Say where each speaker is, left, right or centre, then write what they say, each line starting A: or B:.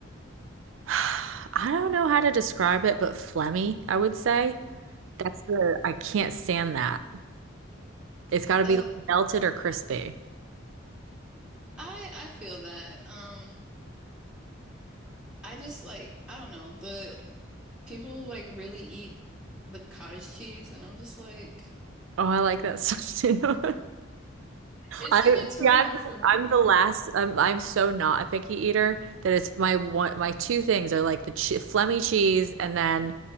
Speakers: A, on the right; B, in the centre.
A: <sighs> I don't know how to describe it, but phlegmy, I would say. That's the, I can't stand that. It's got to
B: Uh,
A: be melted or crispy.
B: I I feel that. Um. I just like, I don't know, the people like really eat the cottage cheese, and I'm just like,
A: Oh, I like that stuff too. <laughs>
B: it's
A: I
B: like a turnoff
A: yeah, I'm the,
B: for me.
A: I'm the last. I'm I'm so not a picky eater that it's my one my two things are like the che Flemy cheese and then